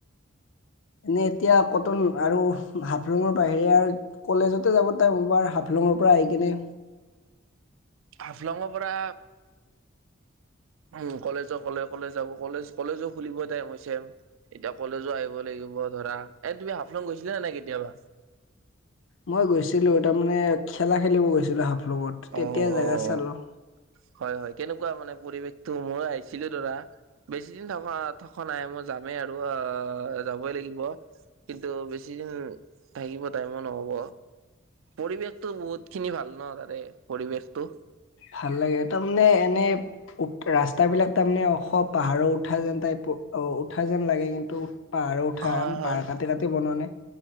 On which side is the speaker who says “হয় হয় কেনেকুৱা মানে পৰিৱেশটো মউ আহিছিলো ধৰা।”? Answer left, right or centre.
Right